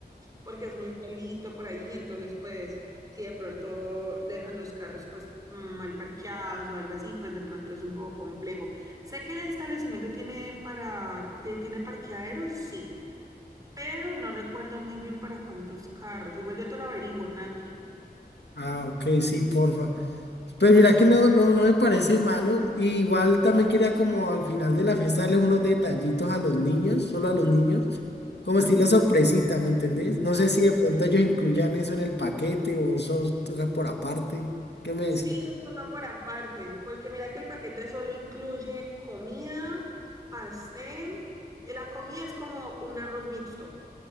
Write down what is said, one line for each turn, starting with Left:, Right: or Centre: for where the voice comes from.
Right: porque es muy solito por ahí, entonces pues si de pronto dejan los carros pues mal parqueados o algo así, pues de pronto es un poco complejo. Sé que el establecimiento tiene para, de- tiene parqueaderos, sí. pero no recuerdo muy bien para cuántos carros. Igual yo te lo averiguo, tranqui.
Left: Ah, ok, sí, porfa. Pues
Right: Sí.
Left: mira que no, no, no me parece malo. Y igual también quería como al final de la fiesta darles unos detallitos a los niños, solo a los niños, como
Right: Ujú.
Left: estilo sorpresita, ¿me entendés? No sé
Right: Sí.
Left: si de pronto ellos incluyan eso en el paquete o sos tú por aparte. ¿Qué me
Right: Sí,
Left: decís?
Right: eso toca por aparte, porque mira que el paquete solo incluye comida, pastel. eh, La comida es como un arroz mixto.